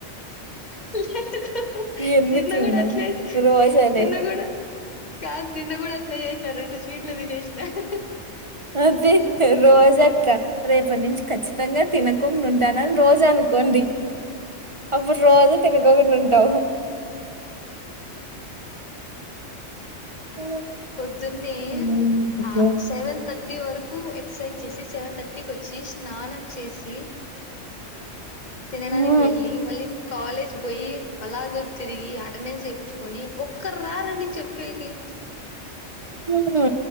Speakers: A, on the left; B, on the right.
A: హు హు హు
B: ఎందుకు
A: నిన్న కూడా
B: ఇంగా
A: అట్లేదు
B: రోజు అదే
A: నిన్న కూడా కాద నిన్నా కూడా చేసినా రెడు స్వీలు తినేస హా హా
B: అది రోజు అక్క రేపటి నుంచి ఖచ్చితంగా తినకోకుండా ఉంటానని రోజు అనుకోండి, అప్పుడు రోజు తినకోకుండ ఉంటావ్ ఓ
A: పొద్దున్నే
B: హ్మ్. హ్మ్.
A: ఆ సెవెన్ థట్ ర్టీ వరకు ఎక్ససైజ్ చేసి సెవెన్ థర్టీకి వచ్చి స్నానం చేసి తినడానికి
B: హ్మ్.
A: వెళ్ళి వళ్ళీ కాలేజ్ కి పోయి బలాదూర్ తిరిగి, అటెండెన్స్ ఏపించుకొని ఒక్కరు రార్ అండి చెప్పేకి
B: ఉమ్ ఉ